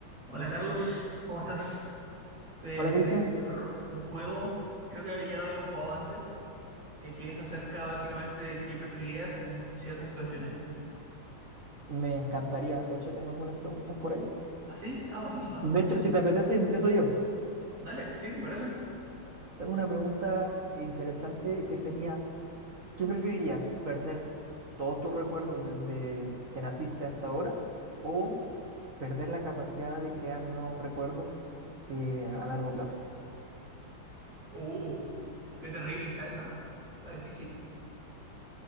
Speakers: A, on the right (about 80°); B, on the right (about 40°).
A: Hola Carlos, ¿cómo estás? ¿Te
B: Hola
A: gustaría
B: Cristian,
A: jugar un juego? Creo que ya lo habíamos jugado antes, eh, que es acerca básicamente de qué preferirías en ciertas situaciones.
B: me encantaría. De hecho, tengo algunas preguntas por ahí.
A: ¿Ah, sí? Ah, buenísima.
B: De hecho, si te apetece, empiezo yo.
A: Dale, sí, me parece.
B: Tengo una pregunta interesante que sería, ¿qué preferirías? ¿Perder todos tus recuerdos desde que naciste hasta ahora o perder la capacidad de crear nuevos recuerdos eh, a largo plazo?
A: Uh, qué terrible está esa. Está difícil.